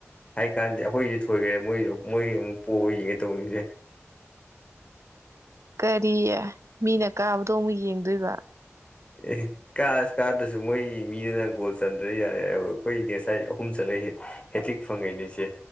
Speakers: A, on the left (about 25°); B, on the right (about 85°).
A: ꯍꯥꯏ ꯀꯥꯟꯗꯤ ꯑꯩꯈꯣꯏꯗꯤ ꯊꯣꯏꯈ꯭ꯔꯦ ꯃꯣꯏꯗ ꯃꯣꯏꯒꯤ ꯑꯃꯨꯛ ꯄꯣꯛꯒ ꯌꯦꯡꯉꯦ ꯇꯧꯕꯅꯤ ꯢꯆꯦ
B: ꯀꯔꯤ ꯃꯤꯅ ꯀꯥꯕꯗꯣ ꯑꯃꯨꯛ ꯌꯦꯡꯗꯣꯏꯕ
A: ꯑꯦ ꯀꯥꯁ ꯀꯥꯗꯁꯨ ꯃꯣꯏ ꯃꯤꯗꯨꯅ ꯒꯣꯜ ꯆꯟꯗ꯭ꯔꯦ ꯌꯥꯔꯦ ꯑꯩꯈꯣꯏ ꯉꯁꯥꯏ ꯑꯍꯨꯝ ꯆꯠꯂꯁꯦ ꯍꯦꯇꯤꯛ ꯐꯪꯉꯤꯅꯤ ꯏꯆꯦ